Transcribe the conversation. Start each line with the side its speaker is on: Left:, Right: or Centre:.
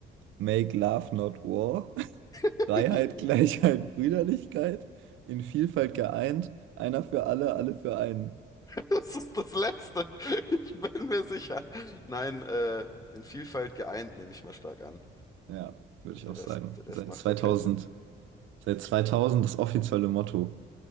Right: Make Love Not War. <laughs>
Left: <laughs>
Right: Freiheit, Gleichheit, Brüderlichkeit. In Vielfalt geeint. Einer für alle, alle für einen.
Left: Das ist das Letzte. Ich bin mir sicher. Nein, äh, in Vielfalt geeint, nehme ich mal stark an.
Right: Ja, würde
Left: Der
Right: ich auch
Left: Rest,
Right: sagen.
Left: der Rest
Right: Seit
Left: macht
Right: 2000,
Left: ja keinen Sinn.
Right: seit 2000 das offizielle Motto.